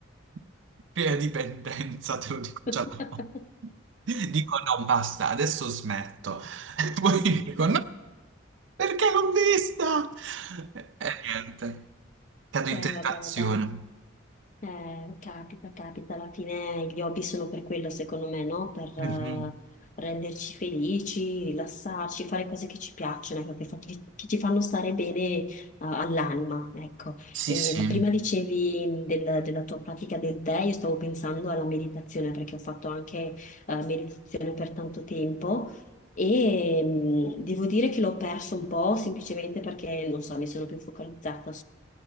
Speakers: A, on the right; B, on the left.
A: <laughs> crea dipendenza, te lo dico
B: <laughs>
A: già. <laughs> da ora. Dico no, basta, adesso smetto. <laughs> E poi dico no, perché l'ho vista? E, e niente, cado in
B: Eh,
A: tentazione.
B: vabbè, dai. Eh, capita, capita, alla fine gli hobby sono per quello, secondo me, no? Per eh,
A: Mhm.
B: renderci felici, rilassarci, fare cose che ci piacciono, ecco, che, fa- che- che ci fanno stare bene eh, all'anima, ecco.
A: Sì,
B: E
A: sì.
B: prima dicevi del- della tua pratica del tè, io stavo pensando alla meditazione perché ho fatto anche eh, meditazione per tanto tempo. E mm, devo dire che l'ho perso un po' semplicemente perché, non so, mi sono più focalizzata